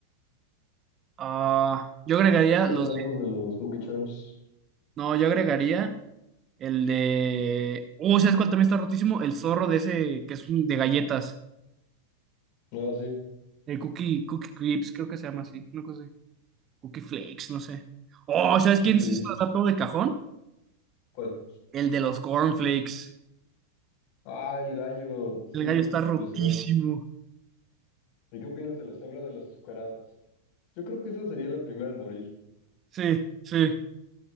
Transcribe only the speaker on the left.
Están
los de los Lucky Charms.
Ah, sí.
Cookie
Crisp.
¿Cuál?
Ah, el gallo. Sí,
se los agarro. ¿Y qué opinas de la cebra de las azucaradas? Yo creo que esa sería la primera en morir.